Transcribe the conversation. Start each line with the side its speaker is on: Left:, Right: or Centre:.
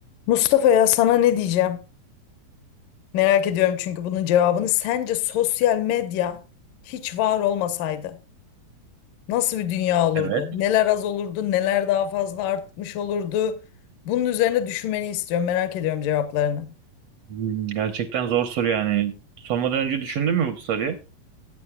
Left: Mustafa ya sana ne diyeceğim? Merak ediyorum çünkü bunun cevabını. Sence sosyal medya hiç var olmasaydı nasıl bir dünya olurdu?
Right: Evet.
Left: Neler az olurdu, neler daha fazla artmış olurdu? Bunun üzerine düşünmeni istiyorum. Merak ediyorum cevaplarını.
Right: Hmm, gerçekten zor soru yani. Sormadan önce düşündün mü bu soruyu?